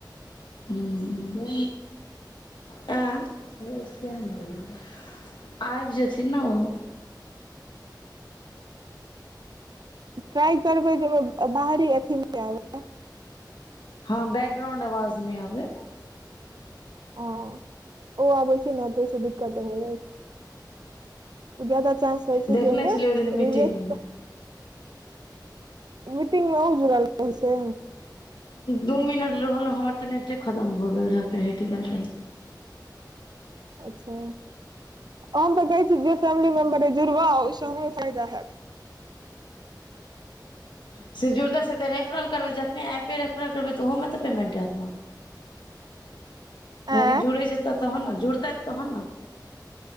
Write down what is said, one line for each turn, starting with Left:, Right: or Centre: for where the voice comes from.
Left: हँ ऐं आइब जेथिन ने ओहो
Right: ट्राइ करबै जे बाहरी अथी नइ आबै
Left: हँ बैकग्राउंड आवाज नइ आबै
Right: हं ओ आबै छै न तऽ आइ स दिक्कत हो जाइ छै जायदा चांस रहै छै
Left: देखने
Right: जाहिमे
Left: छलियै ओहि दिन मीटिंगमे
Right: रिज्ट मीटिंग मे अहु जुड़ल रहै छै
Left: दू मिनट रहल हमर तऽ नेटे खतम भऽ गेल रहै फेर हटि गेल रही
Right: अच्छा हम तऽ कहै छी जे फैमिली मेम्बर अय जुड़बा ओहिसँ हमरो फायदा हैत
Left: से जुरता से तऽ रेफरल करबै जखने एपे रेफरल करबै तऽ ओमे त पमेन्ट हयत न
Right: आँय
Left: लेकिन जुड़ै जेता तहन न जुड़तेथ तहन ना